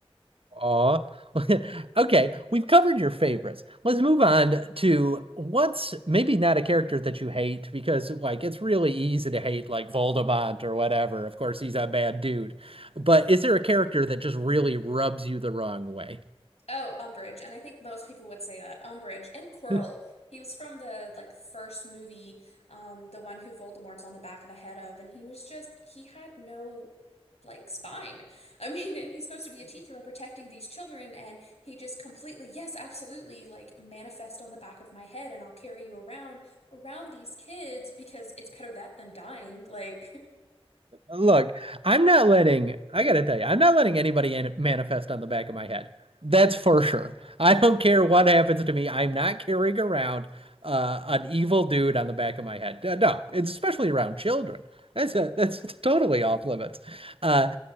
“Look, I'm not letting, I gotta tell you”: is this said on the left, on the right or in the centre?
Right